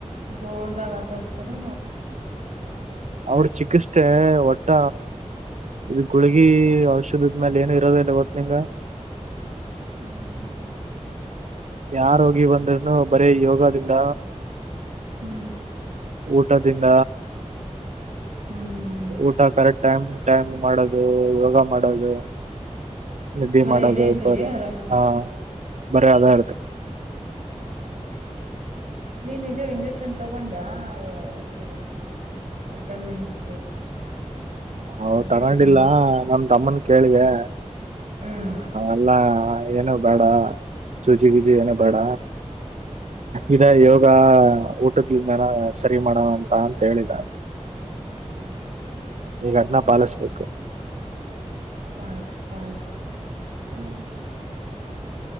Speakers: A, on the right; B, on the right.
A: ದೋಡ್ದಾಗ ಆಚರಿಸುತ್ತಾರೆ.
B: ಅವ್ರ ಚಿಕಿತ್ಸೆಒಟ. ಇದು ಗುಳಗಿ ಔಷಧದ ಮೇಲೆ ಏನು ಇರೋದ ಇಲ್ಲ ಗೊತ್ತಾ ನಿನಗ.
A: ಹ್ಮ್.
B: ಯಾವ ರೋಗಿ ಬಂದ್ರ್ನು ಬರೀ ಯೋಗದಿಂದ.
A: ಹ್ಮ್
B: ಊಟದಿಂದ.
A: ಹ್ಮ ಹ್ಮ ಹ್ಮ್
B: ಊಟ ಕರೆಕ್ಟ್ ಟೈಮ್ ಟೈಮ್ ಮಾಡೋದು ಯೋಗ ಮಾಡೋದು. ನಿದ್ದಿ
A: ಬರೇ
B: ಮಾಡೋದು
A: ಇದೇ ಇರ್ತದೆ
B: ಒಬ್ಬರೇ
A: ಏನಾರ
B: ಹಾ. ಬರೀ ಅದೇ <unintelligible>
A: ನೀನ್ ಇದು ಇಂಜೆಕ್ಷನ್ ತಗೊಂಡ ಇದ್ರು ವಿಟಮಿನ್ಸ್.
B: ಹ
A: ಮಲ್ಟಿ
B: ತಗೊಂಡಿಲ್ಲ
A: ವಿಟಮಿನ್ಸ್
B: ನಮ ತಮ್ಮನ್ ಕೇಳಿದೆ.
A: ಹ್ಮ್
B: ಎಲ್ಲಾ ಏನು ಬೇಡ ಚುಜಿಗಿಜಿ ಏನು ಬೇಡ. ಇದ ಯೋಗ ಊಟದಿಂದನ ಸರಿ ಮಾಡೋಣ ಅಂತ ಅಂತ ಹೇಳಿದ.
A: ಹಾ
B: ಈಗ ಅದ್ನ ಪಾಲಿಸ್ಬೇಕು.
A: ಪಾಲಿಸು ಪಾಲಿಸು.
B: <inaudible>